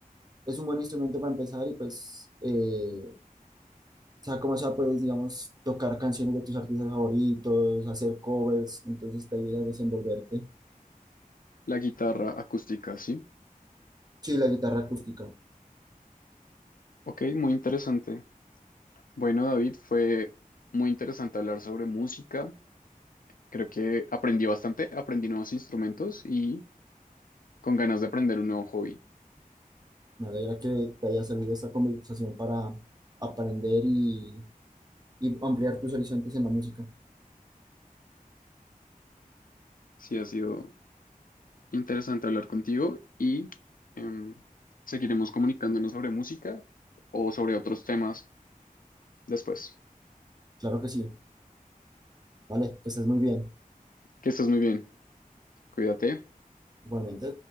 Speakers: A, on the right; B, on the left.
A: Es un buen instrumento para empezar y pues, eh, sea como sea, puedes, digamos, tocar canciones de tus artistas favoritos, hacer covers, entonces te ayuda a desenvolverte.
B: la guitarra acústica, ¿sí?
A: Sí, la guitarra acústica.
B: Ok, muy interesante. Bueno, David, fue muy interesante hablar sobre música. Creo que aprendí bastante, aprendí nuevos instrumentos y con ganas de aprender un nuevo hobby.
A: Me alegra que te haya servido esta conversación para aprender y, y ampliar tus horizontes en la música.
B: Sí, ha sido interesante hablar contigo y em, seguiremos comunicándonos sobre música o sobre otros temas después.
A: Claro que sí. Vale, que estés muy bien.
B: Que estés muy bien, cuídate.
A: Igualmente.